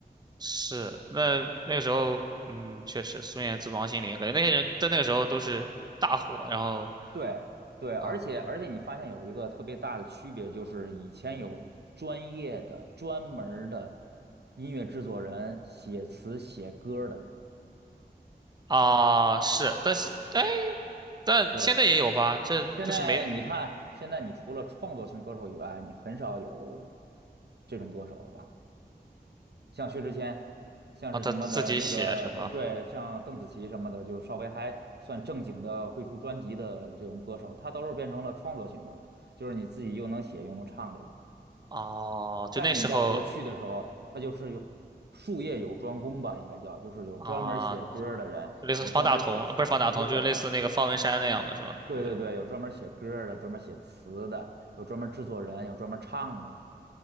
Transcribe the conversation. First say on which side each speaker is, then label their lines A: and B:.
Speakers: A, on the right (about 25°); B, on the right (about 75°).
A: 是那那个时候，嗯，确实孙燕姿、王心凌，感觉那些人在那个时候都是大火，然后
B: 对对，而且而且你发现有一个特别大的区别，
A: 啊。
B: 就是以前有专业的、专门儿的音乐制作人写词写歌儿的人，
A: 啊，是，但是哎，但现在也有吧？
B: 对。
A: 这就是没
B: 现在你看，现在你除了创作型歌手以外，你很少有这种歌手了吧？像薛之谦，像是什么的那个，
A: 啊，他自己写是吧？
B: 呃，对，像邓紫棋什么的，就稍微还算正经的会出专辑的这种歌手，他都是变成了创作型的了，就是你自己又能写又能唱这种。
A: 哦，就那时候
B: 但是你在国去的时候，他就是有术业有专攻吧，应该叫，就是有专门写歌儿的人，
A: 啊，类似方大同，
B: 有专门写词
A: 呃不是方大同，就是类似那个方文山那样的是吧？
B: 的人，对对对，
A: 就是
B: 有专门写歌儿的，专门写词的，有专门制作人，有专门唱的。